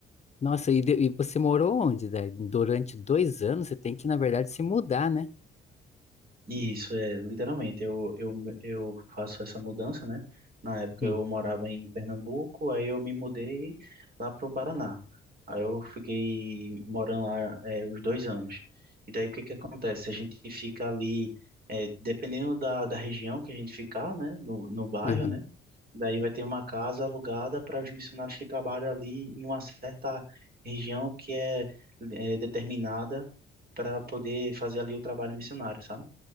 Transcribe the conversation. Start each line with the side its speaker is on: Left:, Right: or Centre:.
Left: Nossa, e, de- e você morou onde, daí? Durante dois anos você tem que, na verdade, se mudar, né?
Right: Isso, é, literalmente, eu, eu, eu faço essa mudança, né? Na época
Left: Hum,
Right: eu morava em Pernambuco, aí eu me mudei lá pro Paraná. Aí eu fiquei morando lá, é, os dois anos. E daí o que que acontece? A gente fica ali, é, dependendo da, da região que a gente ficar, né? No, no bairro,
Left: aham.
Right: né? Daí vai ter uma casa alugada para os missionários que trabalham ali em uma certa região que é, é determinada para poder fazer ali o trabalho missionário, sabe?